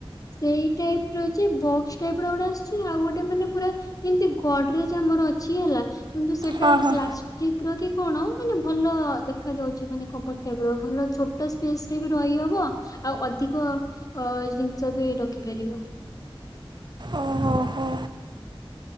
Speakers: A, on the left; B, on the right.
A: ସେଇ ଟାଇପର ଯେ ବକ୍ସ ଟାଇପର ଗୋଟେ ଆସୁଛି ଆଉ ଗୋଟେ ମାନେ ପୁରା। ଯେମିତି ଗଡ଼ରେଜ ଆମର ଅଛି ହେଲା। କିନ୍ତୁ ସେଟା
B: ହଁ ହଁ।
A: ପ୍ଲାଷ୍ଟିକର କି କଣ ମାନେ ଭଲ ଦେଖା ଯାଉଛି ମାନେ ଖବର। ହେବ ଭଲ ଛୋଟ ସ୍ପେସ ରେ ବି ରହିହବ ଆଉ ଅଧିକ। ଅ ଜିନିଷ ବି ରଖିପାରିବ।
B: ଓହୋ ଓହୋ।